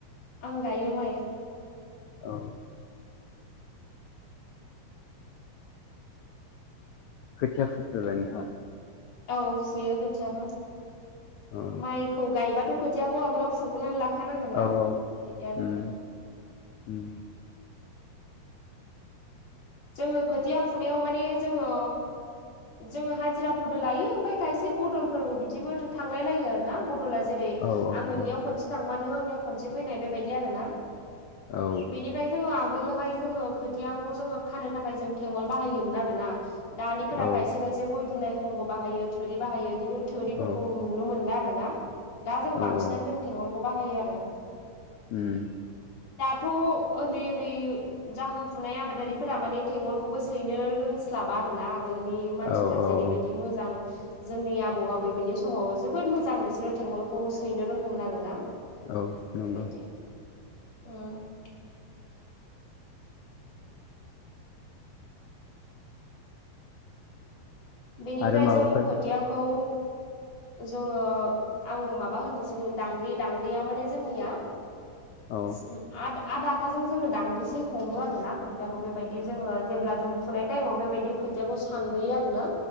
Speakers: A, on the left; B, on the left.
A: आंगायो माय।
B: औ खोथिया फुफेरबाय नोंथाङा?
A: औ फुयो खोथियाबो
B: औ
A: माइखौ गायोबाथ खोथियाखौ आगोलाव फुग्रनानै लाखानांगोन ना
B: औ औ
A: बिदि आरोना
B: उम उम
A: जोङो खोथिया फुनायाव माने जोङो जोङो हाजिराफोरबो लायो ओमफाय खायसे बदलफोरबो बिदिबो थांलाय लायो आरो ना बदला जेरै
B: औ औ
A: आं नोंनियाव खनसे थांबा नों आंनियाव खनसे फैनाय बेबायदि आरो ना
B: औ
A: बेनिफ्राय जोङो आगोल हाय जोङो खोथियाखौ जोङो खानो थाखाय जों थेंअल बाहायोमोन आरो ना दानिफोरा
B: औ
A: खायसे खायसे गय दुनाय फुंबो बाहायो थोरि बाहायो। खिन्थु थोरिफोरखौ
B: औ
A: नुनो मोनला आरो ना दा जों
B: औ
A: बांसिनानो
B: औ
A: जों थेेंगलखौ बाहायो आरो <inaudible>
B: उम
A: थ' ओन्दै ओन्दै जाखांफुनाय आबादारि फोरा माने थेंवलखौबो सैनो रोंस्लाबा आरो ना आगोलनि मानसिफोरा
B: औ औ
A: जेरैबायदि
B: औ
A: मोजां जोंनि आबौ आबैमोननि समाव जोबोद मोजां बिसोरो थेंवलखौ सैनो रोंगौमोन आरो ना
B: औ नंगौ
A: बेबायदि उम बेनिफ्राय
B: आरो माबाफोर
A: जों खोथियाखौ जोङो आं माबा होननोसै दांग्रि दांग्रिया माने जोंनिया
B: औ
A: सिम आद आदा खाजों जोङो दांद्रिसे हमो आरो ना खोथियाखौ बेबायदि जोङो जेब्ला जों फुनाय टाइमाव बेबायदि खोथियाखौ सानबोयो आरो ना